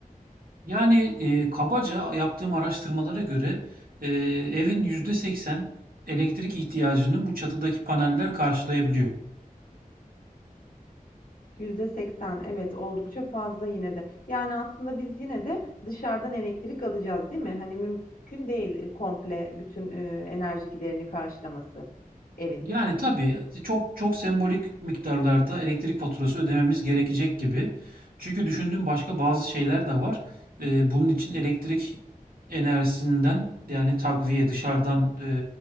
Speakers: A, on the right (about 85°); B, on the left (about 75°).
A: Yani eee, kabaca yaptığım araştırmalara göre eee evin %80 elektrik ihtiyacını bu çatıdaki paneller karşılayabiliyor.
B: %80 evet oldukça fazla yine de. Yani aslında biz yine de dışarıdan elektrik alacağız, değil mi? Hani mümkün değil e, komple bütün e, enerji giderini karşılaması evin.
A: Yani tabii e, çok çok sembolik miktarlarda elektrik faturası ödememiz gerekecek gibi. Çünkü düşündüğüm başka bazı şeyler de var. Ee, bunun için elektrik enerjisinden yani takviye dışarıdan e,